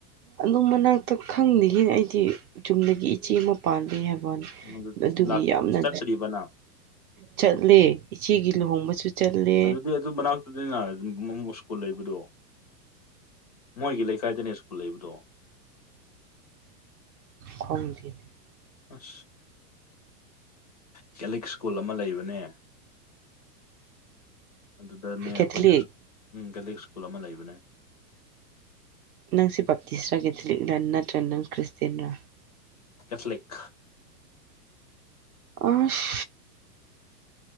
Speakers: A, on the right; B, on the left.
A: ꯑꯗꯨꯝ ꯃꯅꯥꯛꯇ ꯈꯪꯗꯉ ꯑꯩꯗꯤ ꯆꯨꯝꯗꯒꯤ ꯏꯆꯦ ꯑꯃ ꯄꯥꯜꯂꯤ ꯍꯥꯏꯕꯅꯤ
B: ꯑꯗꯨ
A: ꯑꯗꯨꯒꯤ ꯌꯥꯝꯅ
B: ꯆꯠꯇ꯭ꯔꯤꯕꯅ
A: ꯆꯠꯂꯦ ꯏꯆꯦꯒꯤ
B: ꯎꯝ
A: ꯂꯨꯍꯣꯡꯕꯁꯨ ꯆꯠꯂꯦ
B: ꯑꯗꯨꯗꯤ ꯑꯗꯨ ꯃꯅꯥꯛꯇꯅꯤꯅ ꯁ꯭ꯀꯨꯜ ꯂꯩꯕꯗꯣ ꯃꯣꯏꯒꯤ ꯂꯩꯀꯥꯏꯗꯅꯦ ꯁ꯭ꯀꯨꯜ ꯂꯩꯕꯗꯣ
A: ꯈꯣꯨꯝꯕꯤ
B: ꯑꯁ ꯀꯦꯂꯤꯛ ꯁ꯭ꯀꯨꯜ ꯑꯃ ꯂꯩꯕꯅꯦ ꯑꯗꯨꯗꯅꯦ ꯑꯩꯈꯣꯏꯅ
A: ꯀꯦꯊꯂꯤꯛ
B: ꯎ ꯀꯦꯊꯂꯤꯛ ꯁ꯭ꯀꯨꯜ ꯑꯃ ꯂꯩꯕꯅꯦ
A: ꯅꯪꯁꯦ ꯕꯞꯇꯤꯁꯔ ꯀꯦꯊꯂꯤꯛꯂꯥ ꯅꯠꯇ꯭ꯔꯒꯅ ꯅꯪ ꯈ꯭ꯔꯤꯁꯇꯦꯟꯔꯥ
B: ꯀꯦꯊꯂꯤꯛ
A: ꯑꯐ